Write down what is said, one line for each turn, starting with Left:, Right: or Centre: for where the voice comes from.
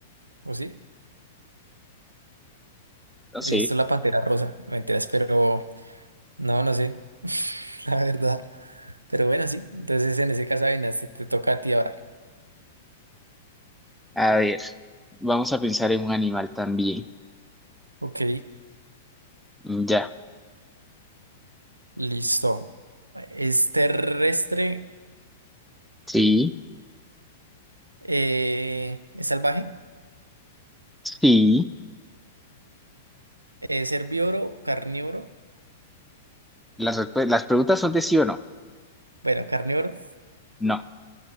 Right: ¿O sí?
Centre: No
Right: He
Centre: sé.
Right: visto la pantera rosa, no me enteras, pero no, no sé. <laughs> La verdad. Pero bueno, sí. Entonces en ese caso, Avinas, te te toca a ti ahora.
Centre: A ver, vamos a pensar en un animal también.
Right: Ok.
Centre: Mm, Ya.
Right: Listo. ¿Es terrestre?
Centre: Sí,
Right: eh, ¿es salvaje?
Centre: sí.
Right: ¿Es herbívoro? ¿Carnívoro?
Centre: Las, respu- las preguntas son de sí o no.
Right: Bueno, carnívoro,
Centre: No.